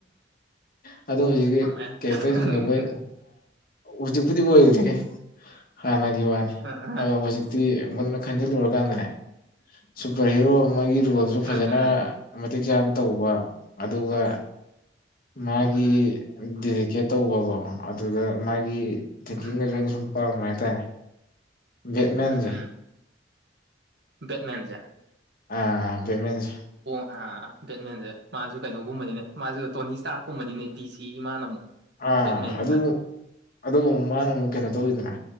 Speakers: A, on the left; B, on the right.
A: ꯍ ꯑꯗꯣ
B: ꯑꯣ
A: ꯍꯧꯖꯤꯛꯀꯤ
B: ꯁꯨꯄꯔꯃꯦꯟ
A: ꯀꯦꯔꯦꯛꯇꯔꯁꯤꯡꯗꯣ
B: ꯎꯝ
A: ꯂꯣꯏ ꯍꯧꯖꯤꯛꯄꯨꯗꯤ ꯑꯣꯏꯗ꯭꯭ꯔꯦ ꯍꯥꯟꯅꯒꯤ ꯋꯥꯅꯤ
B: ꯎꯝ ꯑ
A: ꯑꯗ ꯍꯧꯖꯤꯛꯇꯤ ꯃꯨꯟꯅ ꯈꯟꯖꯤꯜꯂꯨꯔꯀꯥꯟꯗꯅꯦ ꯁꯨꯄꯔ ꯍꯤꯔꯣ ꯑꯃꯒꯤ ꯔꯣꯜꯁꯨ
B: ꯎꯝ
A: ꯐꯖꯅ
B: ꯎꯝ
A: ꯃꯇꯤꯛ ꯆꯥꯅ ꯇꯧꯕ ꯑꯗꯨꯒ ꯃꯥꯒꯤ
B: ꯎꯝ ꯎꯝ
A: ꯗꯗꯤꯦꯗꯤꯀꯦꯠ ꯇꯧꯕꯀꯣ ꯑꯗꯨꯗ ꯃꯥꯒꯤ ꯇꯦꯡꯀꯤꯡꯗꯁꯨ
B: ꯎꯝ ꯎꯝ
A: ꯑꯩꯅ ꯁꯨꯝ ꯄꯥꯃꯦ ꯍꯥꯏꯇꯥꯔꯦ ꯌꯦꯠꯃꯦꯟꯁꯦ
B: ꯎꯝ ꯎꯝ ꯕꯦꯠꯃꯦꯟꯁꯦ
A: ꯑ ꯕꯤꯠ ꯃꯤꯟꯁ
B: ꯑ ꯕꯦꯠꯃꯦꯟꯁꯦ ꯃꯥꯁꯨ ꯀꯩꯅꯣꯒꯨꯝꯕꯅꯤꯅꯦ ꯃꯥꯁꯨ ꯇꯣꯅꯤ ꯁꯇꯥꯔꯀꯨꯝꯕꯅꯤꯅꯦ ꯗꯤ ꯁꯤꯒꯤ ꯃꯥꯅ ꯑꯃꯨꯛ
A: ꯑꯥ
B: ꯕꯦꯠꯃꯦꯟꯁꯤꯅ
A: ꯑꯗꯨ ꯑꯗꯨ ꯃꯥꯅ ꯑꯃꯨꯛ ꯀꯩꯅꯣ ꯇꯧꯋꯤꯗꯅ